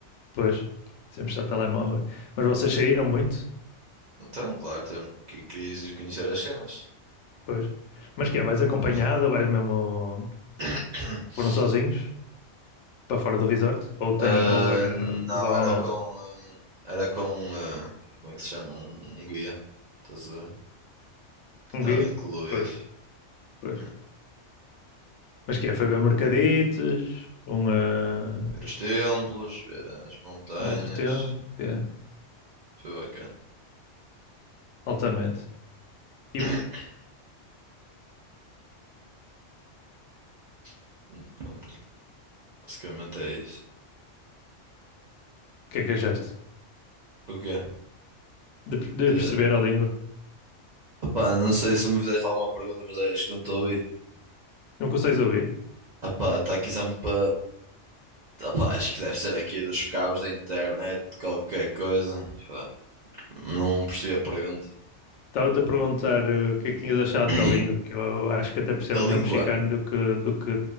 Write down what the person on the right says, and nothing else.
Então, claro, tem- que querias ir conhecer as cenas.
Nós temos.
<coughs>
<clears throat>
Ah,
não,
era
com. ah, Era com. ah, como é que se chama? Um, um guia. Estás a ver? Que
estava
incluído.
É.
Ver os templos, ver as montanhas.
Foi bacana.
<coughs>
<clears throat> Pronto. Basicamente é isso.
O quê?
De...
Opá, não sei se me fizeste alguma pergunta, mas acho que não estou a ouvir.
Opá, está aqui sempre Opá, acho que deve ser aqui dos cabos da internet, qualquer coisa. Pá, Não percebi a pergunta.
<coughs>
Da
língua.